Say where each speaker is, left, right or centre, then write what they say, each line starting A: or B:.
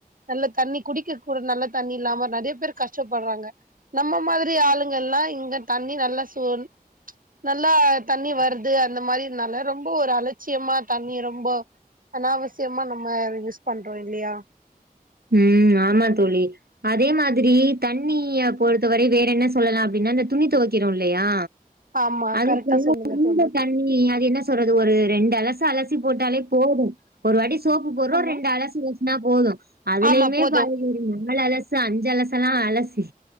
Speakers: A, on the right; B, on the right.
A: நல்ல தண்ணி குடிக்க கூட நல்ல தண்ணி இல்லாம நெறைய பேர் கஷ்டப்பட்றாங்க நம்ம மாதிரி ஆளுங்க எல்லாம் இங்க தண்ணி நல்ல தண்ணி நல்ல சோறு ச்சி நல்லா தண்ணி வருது அந்த மாரி இருந்தால ரொம்ப ஒரு அலட்சியமா தண்ணி ரொம்ப அனாவசியமா நம்ம யூஸ் பண்றோம் இல்லியா
B: உம் ஆமா தோலி அதே மாதிரி தண்ணிய பொறுத்தவரை வேற என்ன சொல்லலாம் அப்டின்னா இந்த துணி தொவைக்கிறோம் இல்லியா
A: ஆமா
B: அதுக்கு
A: கரெக்டா
B: எல்லாம்ந்த
A: சொல்லுங்க தோழி
B: தண்ணி அது என்ன என்ன சொல்றது ஒரு ரெண்டு அலசு அலசி போட்டாலே போதும் ஒரு வாட்டி சோப்பு போறோ
A: ஆமா
B: ரெண்டு அலசி கும்னா போதும் அதுலயுமே
A: ஆமா போது
B: பாரு நாலலசு அஞ்சலசலாம் அலசி